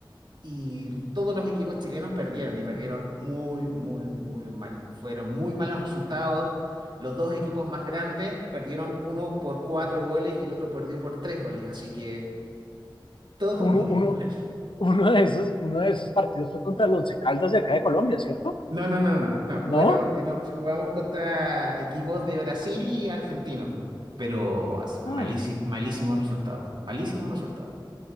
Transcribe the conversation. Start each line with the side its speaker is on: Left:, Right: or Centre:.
Right: y todos los equipos chilenos perdieron y perdieron muy, muy, muy mal. Fueron muy malos resultados. Los dos equipos más grandes perdieron uno por cuatro goles y el otro perdió por tres goles, así que todo
Left: Uno,
Right: <laughs> muy
Left: uno,
Right: mal.
Left: uno de esos, uno de esos partidos fue contra el Once Caldas de acá de Colombia, ¿cierto?
Right: No, no, no, no, no, jugaron,
Left: ¿No?
Right: eh, no, jugamos contra equipos de Brasil y argentinos, pero malísimos,
Left: Ah,
Right: malísimos resultados, malísimos resultados.